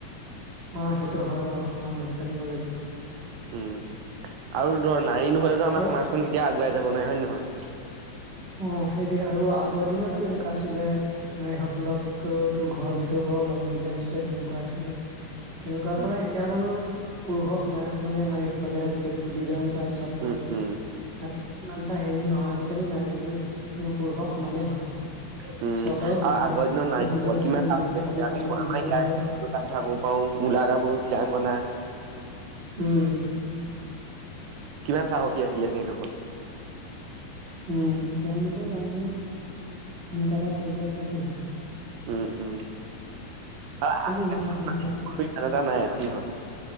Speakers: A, on the right (about 55°); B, on the right (about 80°).
A: অ সেইটো হয় বাৰু সমান অধিকাৰ দিব লাগে
B: উম আৰু ধৰ নাৰী নহলেতো আমাৰ
A: আৰু
B: সমাজখন কেতিয়াও আগুৱাই যাব নোৱাৰে হয় নে নহয় <unintelligible>
A: অ সেইটোৱে আৰু আগৰ দিনতো এনেকোৱা আছিলে নাৰীসকলক তো ঘৰৰ ভিতৰ পৰা ওল ওলাব দিয়া নাছিলে তেনেকোৱা আছিলে তেনেকোৱা
B: উম
A: পৰা এতিয়া বাৰু পুৰুষক সমানে সমানে নাৰী সকলে আজিকালি সুবিধাও চব
B: উম
A: আছে
B: উম
A: আজিকালি ইমান এটা হেৰি নহয় আজিকালি নাৰী খিনিত পুৰুষৰ সমানেই হয়
B: <unintelligible> উম
A: চৰকাৰেও বিভিন্ন
B: আৰু আগৰ দিনৰ নাৰীসকল
A: সুবিধা দিছিলে
B: কিমান
A: নাৰীসকলৰ
B: সাহস কৰিছিলে
A: কাৰণে
B: আমি আমাৰ
A: বিভিন্ন
B: ইয়াৰে
A: ধৰণৰ
B: কথা কব পাৰোঁ ডেকা-গাভৰুৰ, বিৰাংগনা
A: উম
B: কিমান সাহসী আছিলে সেইসকল
A: উম তেওঁলোকৰ কাৰণে এনেকোৱা এটা পৰ্যায়ত পাইছেহি
B: উম উম আৰু আজিকালি
A: এনেকুৱা হয়
B: মানুহ ইমান
A: যে
B: এটা নাই হয় নহয়